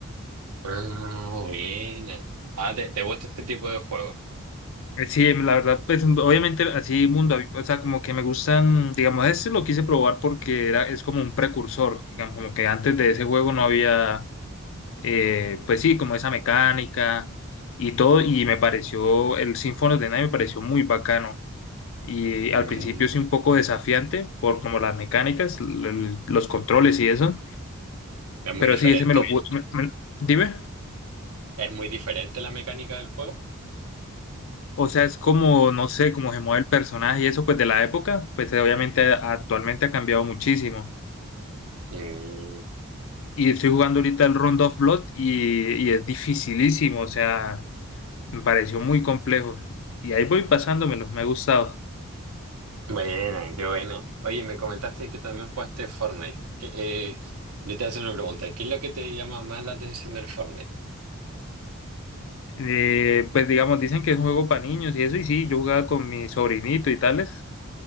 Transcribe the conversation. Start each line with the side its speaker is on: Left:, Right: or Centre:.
Right: Ah, buena. Ah, ¿te, te gusta este tipo de juego?
Left: Eh, Sí, em, la verdad, pues obviamente así mundo, abi- o sea, como que me gustan, digamos, este lo quise probar porque era, es como un precursor, digamos, como que antes de ese juego no había eh, pues sí, como esa mecánica y todo, y me pareció, el Symphony of the Night me pareció muy bacano. Y
Right: Mm.
Left: al principio sí un poco desafiante por como las mecánicas, l- l- los controles y eso,
Right: ¿Es muy
Left: pero
Right: diferente?
Left: sí, ese me lo pude, dime,
Right: ¿Es muy diferente la mecánica del juego?
Left: o sea, es como, no sé, como se mueve el personaje y eso, pues de la época, pues eh, obviamente eh, actualmente ha cambiado muchísimo.
Right: Mm.
Left: Y estoy jugando ahorita el Round of Blood y, y es dificilísimo, o sea, me pareció muy complejo. Y ahí voy pasándomelo, me ha gustado.
Right: Bueno, qué bueno. Oye, me comentaste que también jugaste Fortnite. Que, eh, yo te hago una pregunta. ¿Qué es lo que te llama más la atención del Fortnite?
Left: eh, pues digamos, dicen que es un juego para niños y eso, y sí, yo jugaba con mi sobrinito y tales.